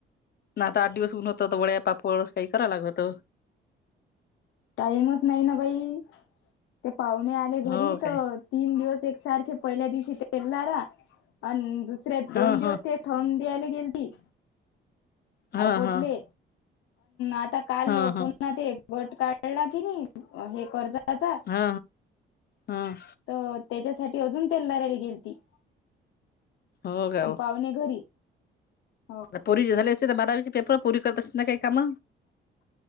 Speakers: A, on the left; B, on the left.
A: ना आता आठ दिवस ऊन होत तर वळ्या पापड काही करा लाग होत.
B: टाईमच नाही ना बाई ते पाहुणे आले घरी
A: हो
B: तर
A: काय
B: तीन दिवस एकसारखे पहिल्या दिवशी तेलणारा आणि दुसऱ्या दोन
A: हा
B: दिवस
A: हा
B: ते थंब दयला गेल ती
A: हा
B: अ कोठली
A: हा
B: आता काल
A: हा हा
B: पु ना ते एक गट काढला की नाही हे कर्जचा
A: हा हा हा
B: तर त्याच्यासाठी अजून तेल धरायला गेल ती
A: हो काय
B: आणि
A: हो
B: पाहुणे घरी हा
A: पोरीचे झाले असते तर बारावीचे पेपर पोरी करत असत ना काही काम